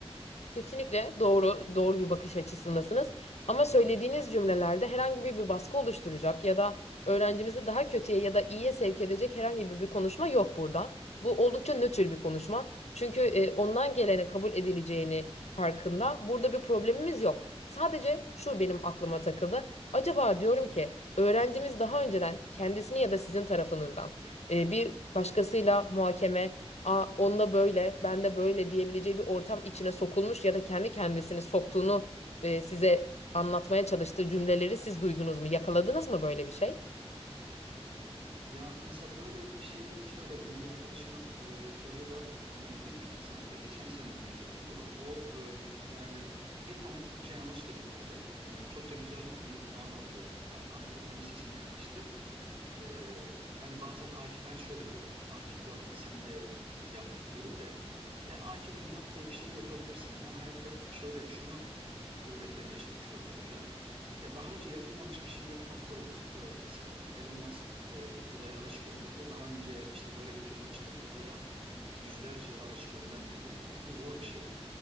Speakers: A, on the left; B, on the right.
A: Kesinlikle doğru doğru bir bakış açısındasınız. Ama söylediğiniz cümlelerde herhangi bir, bir baskı oluşturacak ya da öğrencimizi daha kötüye ya da iyiye sevk edecek herhangi bir, bir konuşma yok burada. Bu oldukça nötr bir konuşma. Çünkü e, ondan gelene kabul edileceğini farkında. Burada bir problemimiz yok. Sadece şu benim aklıma takıldı. Acaba diyorum ki öğrencimiz daha önceden kendisini ya da sizin tarafınızdan e, bir başkasıyla muhakeme Aa, onda böyle, ben de böyle diyebileceği bir ortam içine sokulmuş ya da kendi kendisini soktuğunu e, size anlatmaya çalıştığı cümleleri siz duydunuz mu? Yakaladınız mı böyle bir şey?
B: Ee, ya mesela böyle bir şey şöyle benim bir arkadaşımın e, çocuğu da e, bir üst sınıfta geçen sene mezun oldu. O e, yani bir tane Türkçe yanlış da bitirdi. Yani çok da güzel bir puan aldı. Ee, Ankara Fen Lisesi'ne yerleşti. Ee, hani bazen Akif ben şöyle diyorum hani Akif yaptı sen de e, yap değil de yani Akif'in yaptığı bir şey yapabilirsin. Ben hayatta hep şöyle şunu öğretilemeye çalışıyorum çocuğa. Ya daha önce yapılmamış bir şey yapmak zordur. Evet mesela Elon Musk e, uzaya araç gönderdi. Daha önce işte böyle bir firma çıkıp uzaya yüzlerce araç göndermedi. Bu zor bir şey.